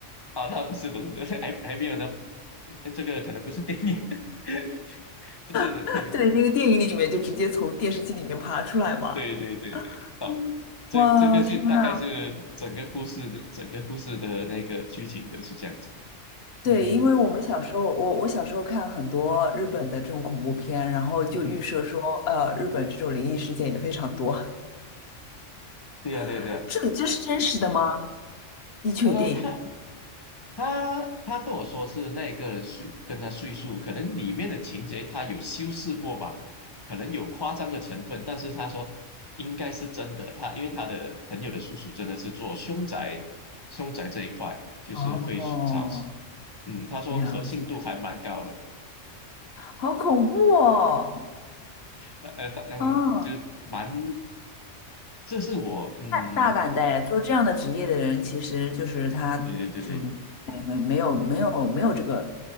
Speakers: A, on the left; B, on the left.
A: 啊，他不是不是，还还没有那么，哎这个可能不是电影，<laughs> 就是能听，
B: <laughs> 对，那个电影里面就直接从电视机里面爬出来嘛。
A: 对对对对，啊，
B: 嗯哇，
A: 哦这这个就大概是整个故事的整个故事的那个剧情都是这样子，
B: 天呐！对，
A: 嗯
B: 因为我们小时候，我我小时候看很多日本的这种恐怖片，然后就预设说，
A: 嗯哼，
B: 呃，日本这种灵异事件也非常多。
A: 对呀、对呀、
B: <laughs>
A: 对呀、
B: 这里这是真实的吗？你确定？
A: 呃，他他他跟我说是那个人叙跟他叙述，可能里面的情节他有修饰过吧，可能有夸张的成分，但是他说应该是真的。他因为他的朋友的叔叔真的是做凶宅，凶宅这一块就是会去找，
B: 哦，
A: 嗯，他说可信度还蛮高的，
B: 了解，好恐怖哦！
A: 呃，呃嗯，
B: 嗯，
A: 就蛮，这是我，嗯，
B: 大胆的哎，做这样的职业的人，其实就是他就
A: 对对对对，
B: 哎没没有没有没有这个